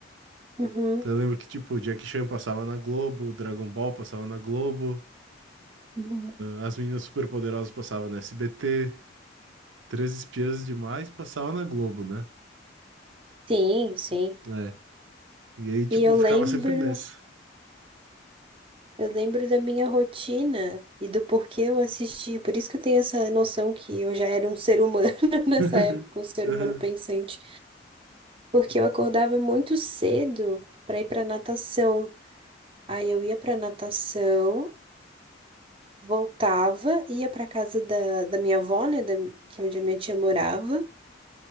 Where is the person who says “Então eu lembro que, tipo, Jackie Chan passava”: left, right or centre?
Right